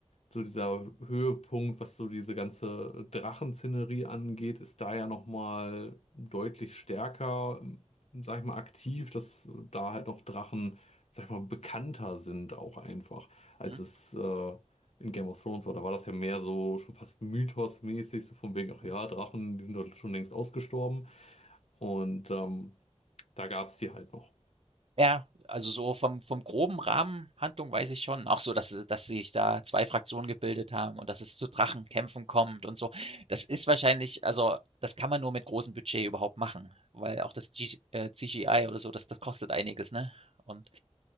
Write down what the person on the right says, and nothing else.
mhm,
mhm.
Ja, also so vom vom groben Rahmen Handlung weiß ich schon, auch so, dass sie dass sich da 2 Fraktionen gebildet haben und dass es zu Drachenkämpfen kommt und so. Das ist wahrscheinlich also, das kann man nur mit großem Budget überhaupt machen, weil auch das G äh, CGI oder so, das das kostet einiges, ne? Und